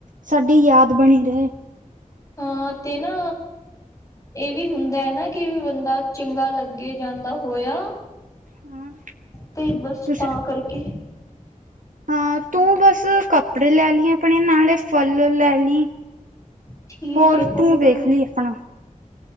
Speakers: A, on the right (about 70°); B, on the left (about 25°).
A: ਸਾਡੀ ਯਾਦ ਬਣੀ ਰਹੇ।
B: ਹਾਂ ਤੇ ਨਾ ਇਹ ਵੀ ਹੁੰਦਾ ਹੈ ਨਾ ਕਿ ਬੰਦਾ ਚੰਗਾ ਲੱਗੇ ਜਾਂਦਾ ਹੋਇਆ।
A: ਹਾਂ
B: ਤੇ ਬਸ
A: ਤੁਸੀਂ
B: ਤਾਂ ਕਰਕੇ
A: ਹਾਂ ਤੂੰ ਬਸ ਕੱਪੜੇ ਲੈ ਲਈ ਆਪਣੇ, ਨਾਲੇ ਫਲ ਲੈ ਲਈ
B: ਠੀਕ
A: ਹੋਰ
B: ਹੈ ਕੋਈ
A: ਤੂੰ
B: ਗੱਲ
A: ਵੇਖ ਲਈ ਆਪਣਾ